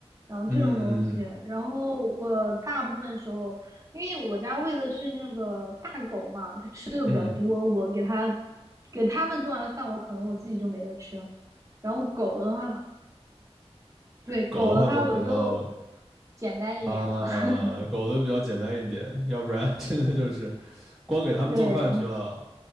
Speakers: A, on the right; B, in the centre.
A: 然后这种东西。
B: 嗯
A: 然后我大部分时候，因为我家喂的是那个大狗嘛，
B: 嗯，
A: 多，我给它给它们做完饭，我可能我自己就没得吃了。然后狗的话，对狗的话，
B: 狗的话就比较
A: 我就简单一点了。
B: 啊，
A: <laughs>
B: 狗的比较简单一点，要不然 <laughs> 真的就是光给它们做饭去了。
A: 对